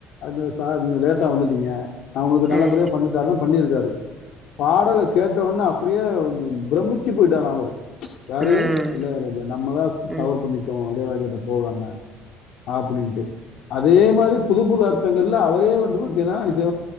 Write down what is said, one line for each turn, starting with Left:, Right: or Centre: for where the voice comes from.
Left: அது சார் லோட் லோட்ட வந்துட்டீங்க நான் உங்களுக்கு நல்லபடியா
Right: ம்
Left: பண்ணித்தரன்னூ பண்ணியிருக்காரு பாடல கேட்டொன்னே அப்படியே பிரமிச்சி போய்டிட்டார் அவுரு யாரு
Right: ம்
Left: இளையராஜா நம்ம தான்
Right: ம்
Left: தவறு பண்ணிட்டோ இளையராஜாட்ட போகாம அப்டின்டு அதே மாரி புது புது அர்த்தங்கள்ல அவரே வந்து பாத்திங்கன்னா இசை